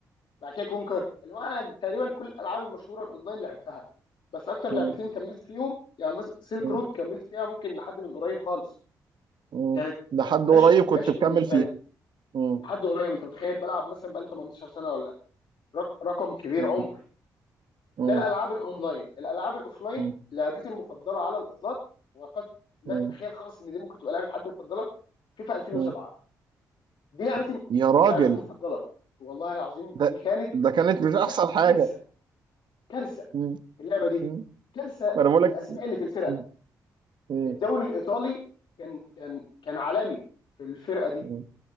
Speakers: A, on the left; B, on the right.
A: بعد كده كونكر اللي هو انا تقريبا كل الالعاب المشهوره الاونلاين لعبتها بس اكتر لعبتين
B: مم.
A: كملت فيهم يعني مثلا سيلك
B: مم.
A: رود كملت فيها ممكن لحد من قريب خالص
B: مم.
A: كانت
B: لحد
A: ع-
B: قريب
A: عشق العشق
B: كنت بكمل
A: بالنسبه
B: فيه
A: لي
B: مم.
A: لحد قريب انت متخيل بلعب مثلا بقالي 18 سنه ولا رق- رقم كبير
B: مم.
A: عمر
B: مم.
A: ده الالعاب الاونلاين الالعاب الاوفلاين
B: مم.
A: لعبتي المفضله على الاطلاق وقد لا
B: مم.
A: تتخيل خالص ان دي ممكن تبقى لعبه حد مفضله فيفا 2007
B: مم.
A: دي لعبتي
B: يا راجل
A: لعبتي المفضله والله العظيم
B: ده
A: دي كانت
B: ده كانت مش احسن
A: ك-
B: حاجه
A: كارثه كارثه
B: مم.
A: اللعبه دي
B: مم.
A: كارثه
B: وانا بقول
A: الاسماء
B: لك
A: اللي في الفرق
B: مم. مم.
A: الدوري الايطالي كان كان كان عالمي في الفرقه دي
B: مم.